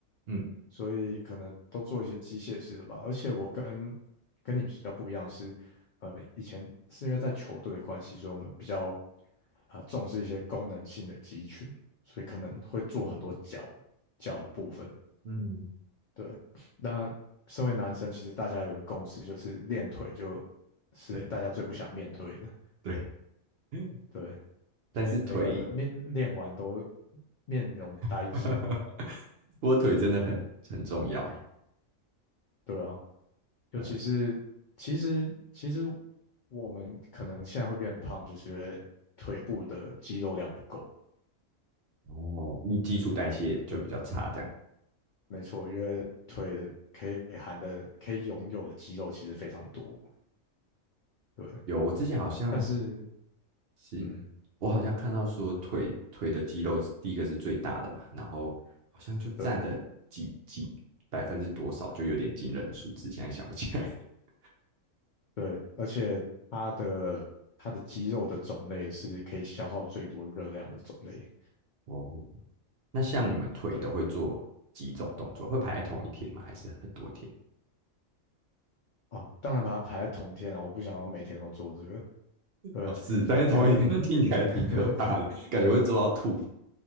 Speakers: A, on the right; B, on the left.
A: 嗯
B: 所以可能都做一些机械式的吧。而且我跟跟你比较不一样是，呃，以前是因为在球队的关系，所以我们比较啊呃重视一些功能性的肌群，所以可能会做很多脚脚的部分。
A: 嗯，
B: 对，那身为男生，其实大家有个共识，就是练腿就是大家最不想面对的。
A: 对对，<laughs>
B: 对，
A: 但是腿，
B: 每个面练完都面容呆滞。
A: <laughs> 不过腿真的很很重要哎，
B: 对，对啊，尤其是其实其实
A: 对啊。
B: 我们可能现在会变胖，就是因为腿部的肌肉量不够。
A: 哦，你基础代谢就比较差，
B: 对，
A: 这样。
B: 没错，因为腿的可以含的可以拥有的肌肉其实非常多。对，
A: 有，我之前好像
B: 但是
A: 是，
B: 嗯，
A: 我好像看到说腿腿的肌肉是第一个是最大的嘛，然后好像就占了几几百分之多少，
B: 对
A: 就有点惊人的数字，现在想不起来。<laughs>
B: 对，而且它的它的肌肉的种类是可以消耗最多热量的种类。
A: 哦，那像你们腿都会做几种动作？
B: 对
A: 会排在同一天吗？还是很多天？
B: 啊，当然把它排在同天啊，我不想要每天都做这个。对，
A: 哦，是，但是同一天听起来挺可怕的，
B: 可能 <laughs>。
A: 感觉会做到吐。